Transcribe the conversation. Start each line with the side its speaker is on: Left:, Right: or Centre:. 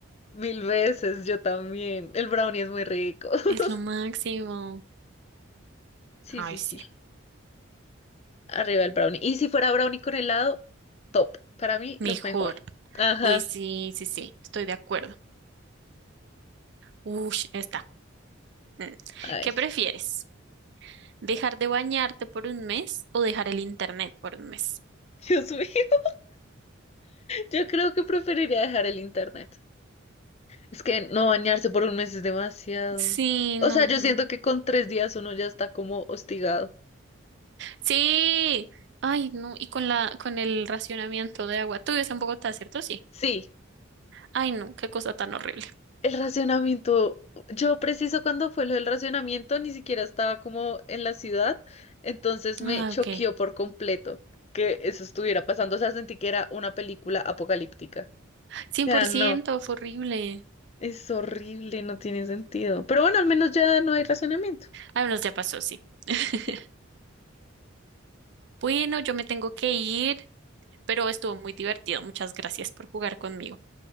Left: Mil veces, yo también. El brownie es muy rico. <laughs>
Right: Es lo máximo.
Left: Sí,
Right: Ay,
Left: sí,
Right: sí.
Left: sí. Arriba el brownie. Y si fuera brownie con helado, top. Para mí,
Right: Mejor.
Left: lo mejor. Ajá.
Right: Uy, sí, sí, sí. Estoy de acuerdo. Ush, está. Mm.
Left: A ver.
Right: ¿Qué prefieres? ¿Dejar de bañarte por un mes o dejar el internet por un mes?
Left: Dios mío. <laughs> Yo creo que preferiría dejar el internet. Es que no bañarse por un mes es demasiado.
Right: Sí,
Left: O
Right: no.
Left: sea, yo siento que con tres días uno ya está como hostigado.
Right: Sí. Ay, no. Y con la, con el racionamiento de agua. Tú vives en Bogotá, ¿cierto? Sí.
Left: Sí,
Right: Ay, no. Qué cosa tan horrible.
Left: El racionamiento, yo preciso cuando fue lo del racionamiento, ni siquiera estaba como en la ciudad, entonces me
Right: Ah,
Left: choqueó
Right: ok.
Left: por completo que eso estuviera pasando, o sea, sentí que era una película apocalíptica.
Right: 100%
Left: O sea, no,
Right: fue horrible.
Left: es horrible, no tiene sentido. Pero bueno, al menos ya no hay racionamiento.
Right: Ah, bueno, ya pasó, sí. <laughs>
Left: Sí.
Right: Bueno, yo me tengo que ir, pero estuvo muy divertido. Muchas gracias por jugar conmigo.